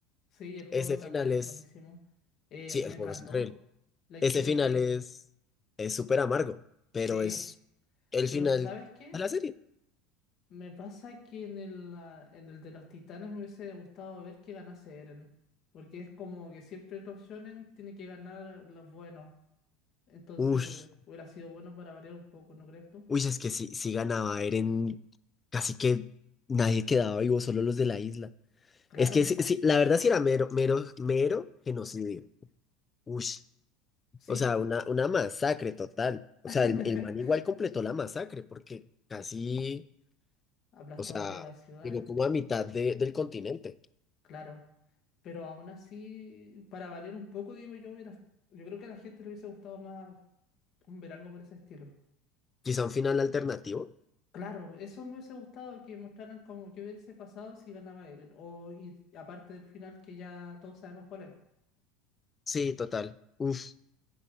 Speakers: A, on the left (about 50°); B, on the left (about 20°).
A: Sí, el juego
B: Ese
A: también
B: final es...
A: es buenísimo. Eh,
B: Sí,
A: me
B: el juego
A: encantó
B: es increíble.
A: la historia
B: Ese final
A: que
B: es es súper amargo, pero
A: sí,
B: es el
A: pero
B: final
A: ¿sabes qué?
B: de la serie.
A: Me pasa que en el, ah, en el de los titanes me hubiese gustado ver que ganase Eren, porque es como que siempre los shonen tienen que ganar los buenos, entonces
B: Ush,
A: hubiera sido bueno para variar un poco, ¿no crees tú?
B: uy, es que si, si ganaba Eren, casi que nadie quedaba vivo, solo los de la isla.
A: Claro,
B: Es que sí, sí, la verdad sí era mero, mero, mero genocidio. Ush,
A: sí,
B: o sea, una, una masacre total. O
A: <laughs>
B: sea, el, el man igual completó la masacre, porque casi,
A: aplastó
B: o sea,
A: varias ciudades,
B: llegó como a mitad de- del continente.
A: claro, pero aún así, para variar un poco, digo yo, hubiera, yo creo que a la gente le hubiese gustado más un ver algo por ese estilo.
B: Quizá un final alternativo.
A: Claro, eso me hubiese gustado que mostraran como que hubiese pasado si ganaba Eren. O y aparte del final que ya todos sabemos cuál es.
B: Sí, total. Uf.